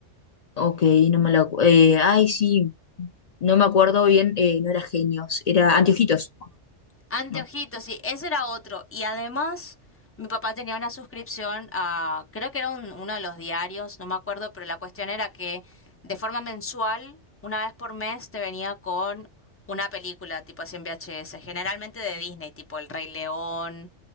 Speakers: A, on the left; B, on the left.
A: Ok, no me lo... acu- eh, ay, sí, no me acuerdo bien, eh, no era genios, era anteojitos.
B: Anteojitos,
A: No.
B: sí, ese era otro. Y además, mi papá tenía una suscripción a, creo que era un- uno de los diarios, no me acuerdo, pero la cuestión era que de forma mensual, una vez por mes, te venía con una película, tipo así en VHS, generalmente de Disney, tipo El Rey León,